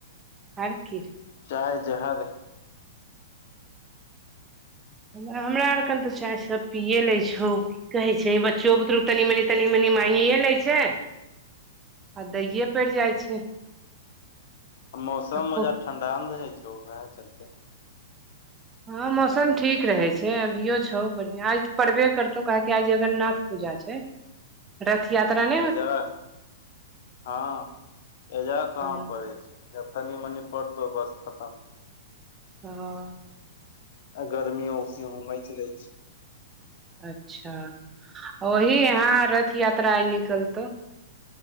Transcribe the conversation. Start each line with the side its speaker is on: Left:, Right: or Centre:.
Right: आर की
Left: चाय जहर है
Right: हमरा आर कने त चाय सब पीए लै छौ कि कहै छै बच्चो बुतरु तनी मनी तनी मनी मागिए लै छाय आ दइए परि जाइ छै
Left: मौसम
Right: कको
Left: ओजा ठण्डा न रहै छै ओएह चलतै
Right: हँ मौसम ठीक रहैे छै अभियो छौ बढ़ियाँ पड़बे करतौ काहे कि आज जगरनाथ पूजा छै
Left: <inaudible>
Right: रथ यात्रा नै
Left: एजा हं एजा कहां
Right: हँ
Left: पढ़ै छै तनी मनी पढ़तौ बस खतम
Right: हं
Left: आ गर्मी हो से मइच जाय छै
Right: अच्छा, वही यहाँ रथ यात्रा आइ निकलतौ